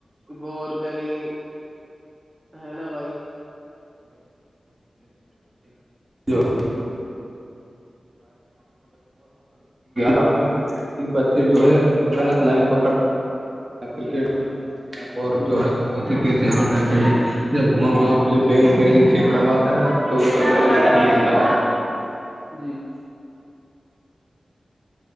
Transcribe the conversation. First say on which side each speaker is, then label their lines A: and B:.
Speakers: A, on the right; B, on the right.
A: گور کریں ہے نا بھائی
B: جو رکھیں کہ بچے جو ہے غلط لائن پکڑ کرکٹ
A: جی
B: لگاتا
A: جی
B: ہیں اور
A: جی
B: جو ہے بت سے پیسے ہار جاتے ہیں جب ماں باپ جو بینک بیلنس چیک کرواتے ہیں تو ان کا بیلنس کب ملتا ہے
A: جی